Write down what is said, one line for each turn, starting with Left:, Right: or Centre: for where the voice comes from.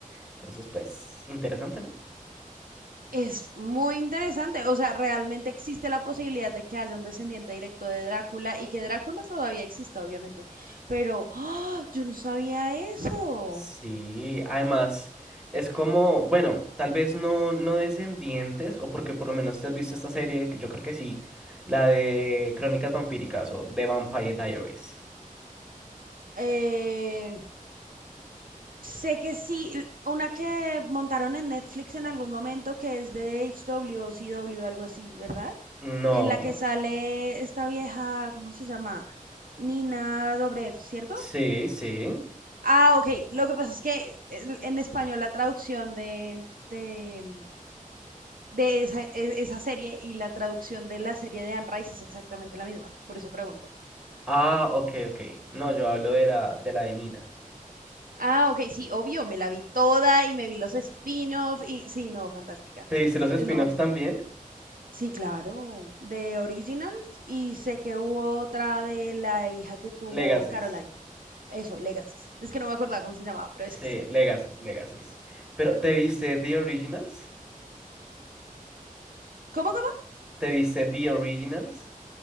Centre: Entonces, pues, interesante, ¿no?
Right: Es muy interesante, o sea, realmente existe la posibilidad de que haya un descendiente directo de Drácula y que Drácula todavía exista, obviamente, pero ¡ah! yo no sabía eso.
Centre: Sí, además es como, bueno, tal vez no, no descendientes, o porque por lo menos te has visto esta serie, que yo creo que sí, la de Crónicas Vampíricas o The Vampire Diaries.
Right: Eh, sé que sí, una que montaron en Netflix en algún momento que es de HW o CW, algo así, ¿verdad?
Centre: No,
Right: En la que sale esta vieja, ¿cómo se llama? Nina Dobrev, ¿cierto?
Centre: sí, sí.
Right: Ah, ok. Lo que pasa es que eh, en español la traducción de, de, de esa, e- esa serie y la traducción de la serie de Anne Rice es exactamente la misma, por eso pregunto.
Centre: Ah, ok, ok. No, yo hablo de la de la de Nina.
Right: Ah, ok, sí, obvio, me la vi toda y me vi los spin-off y sí, no, fantástica,
Centre: ¿Te viste los spin-offs
Right: es lo máximo.
Centre: también?
Right: Sí, claro, de Originals y sé que hubo otra de la hija que tuvo
Centre: Legacies.
Right: Caroline. Eso, Legacies. Es que no me acordaba cómo se llamaba, pero
Centre: Sí,
Right: es así.
Centre: Legacies, Legacies. Pero ¿te viste The Originals?
Right: ¿Cómo, cómo?
Centre: ¿Te viste The Originals?